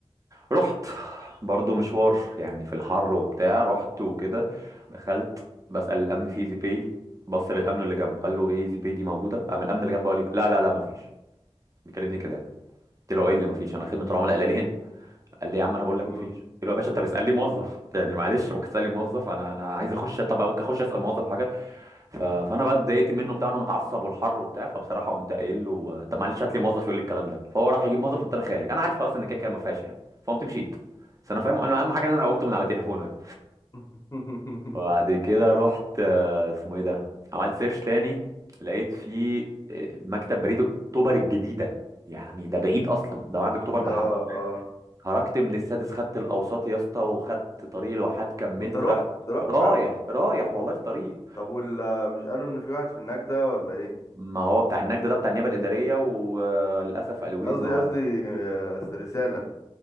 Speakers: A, on the right; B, on the left.
A: رحت برضو مشوار يعني في الحر وبتاع رحت وكده دخلت بسأل الأمن في ايزي باي بص للأمن اللي جنبه قال له ايه ايزي باي دي موجودة قام الأمن اللي جنبه قال لي لا لا لا مفيش بيكلمني كده يعني. قلت له ايه اللي مفيش انا خدمة العملاء قال لي هنا قال لي يا عم انا بقول لك
B: امم
A: مفيش قلت له يا باشا انت بتسألني موظف يعني معلش ممكن تسألني موظف انا انا عايز اخش طب ممكن اخش اسأل موظف حاجة ف... فانا بقى اتضايقت منه بتاع انا متعصب والحر وبتاع فبصراحه قمت قايل له طب معلش هات لي موظف يقول لي الكلام ده فهو راح يجيب موظف قمت انا خارج انا عارف خلاص ان كده كده ما فيهاش يعني فقمت مشيت بس انا فاهم اهم حاجه ان انا قمت من على تليفونه يعني
B: <laughs>
A: وبعد كده رحت آه، اسمه ايه ده عملت سيرش تاني لقيت فيه آه، مكتب بريد اكتوبر الجديده يعني ده بعيد اصلا ده بعد اكتوبر بحبه
B: اه اه
A: خرجت من السادس خدت الاوساط يا اسطى وخدت طريق الواحات كملت
B: انت رحت
A: رايح
B: انت رحت
A: رايح
B: فعلا
A: رايح والله في طريق
B: طب ولا مش قالوا ان في واحد في النجدة ولا ايه
A: ما هو بتاع النجدة ده بتاع النيابة الإدارية وللأسف قالوا
B: قصدي
A: لي النهاردة
B: قصدي آه، رسالة